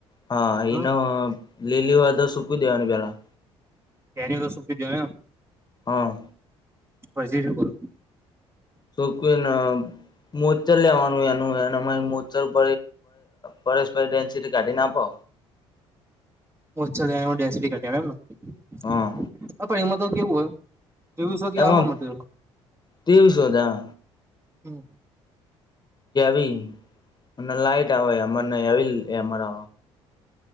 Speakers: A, on the left; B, on the right.
A: હા
B: હ
A: એનો લીલી વા તો સુકી દેવાની પેલા
B: એની તો સુકી દો ને
A: હા
B: પછી શું કરું
A: શો કોઈ ના મ્ચર લેવાનું એનું એને અ મોચ્છર ઉપ પરેશપ ડેન્સિટી કાઢીને આપો
B: ડેન્સ એમ પણ એમાં
A: હા
B: તો કેવું હોય ચવીસગ્યા
A: એમાં
B: હો માટે
A: તેવી શોધા
B: હમ
A: વી લાઈટ આવેમવીર આવે